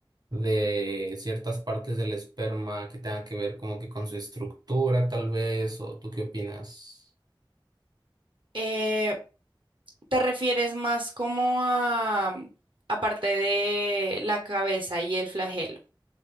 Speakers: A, on the right (about 50°); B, on the right (about 70°).
A: de ciertas partes del esperma que tengan que ver como que con su estructura tal vez, o ¿tú qué opinas?
B: Eh, ¿Te refieres más como a, aparte de la cabeza y el flagelo?